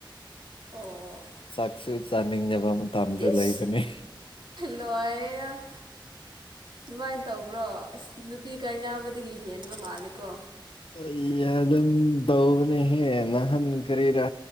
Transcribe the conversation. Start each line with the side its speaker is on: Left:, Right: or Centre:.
Right: ꯑꯣ
Left: ꯆꯥꯛꯁꯨ ꯆꯅꯤꯡꯗꯕ ꯃꯇꯝꯁꯨ
Right: ꯏꯁ
Left: ꯂꯩꯕꯅꯤ
Right: ꯂꯣꯏꯔꯦꯗ ꯑꯗꯨꯃꯥꯏꯅ ꯇꯧꯕ꯭ꯔꯣ ꯑꯁ ꯅꯨꯄꯤ ꯀꯥꯏꯅꯥꯕꯗꯒꯤ ꯍꯦꯟꯕ ꯃꯥꯜꯂꯤꯀꯣ
Left: ꯑꯩ ꯑꯗꯨꯝ ꯇꯧꯕꯅꯦꯍꯦ ꯅꯍꯥꯟ ꯀꯔꯤꯔ